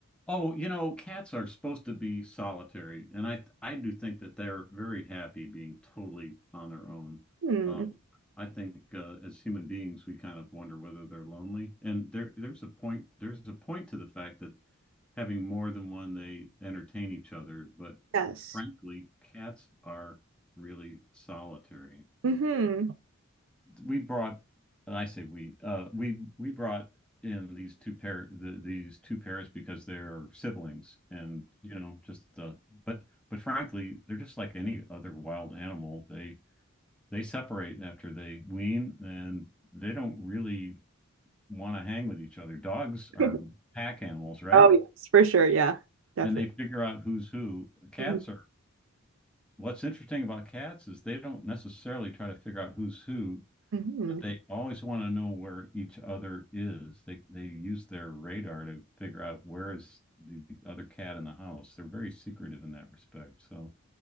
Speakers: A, in the centre; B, on the right.
A: Oh, you know, cats are supposed to be solitary, and I I do think that they're very happy being totally on their own.
B: Hmm.
A: Um, I think uh, as human beings, we kind of wonder whether they're lonely, and there there's a point there's a point to the fact that having more than one, they entertain each other. But
B: Yes.
A: frankly, cats are really solitary
B: Mm-hmm.
A: we brought, and I say we, uh, we we brought in these two pair the, these two pairs because they're siblings, and you know, just the but but frankly, they're just like any other wild animal. They they separate after they wean, and they don't really want to hang with each other. Dogs
B: <laughs>
A: are pack animals, right?
B: Oh yes, for sure. Yeah. Definitely.
A: And they figure out who's who. Cats
B: hmm
A: are. What's interesting about cats is they don't necessarily try to figure out who's who
B: hmm
A: But they always want to know where each other is. They they use their radar to figure out where is the other cat in the house. They're very secretive in that respect. So